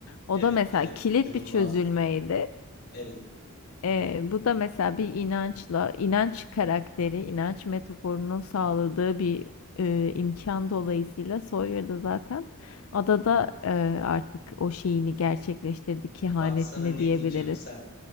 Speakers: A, on the left; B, on the left.
A: O
B: evet,
A: da mesela
B: evet.
A: kilit
B: inanılmazdı.
A: bir çözülmeydi.
B: Evet.
A: Ee, bu da mesela bir inançla, inanç karakteri, inanç metaforunun sağladığı bir e, imkan dolayısıyla Sawyer da zaten adada e, artık o şeyini gerçekleştirdi, kehanetini
B: Bak sana ne
A: diyebiliriz.
B: diyeceğim sen.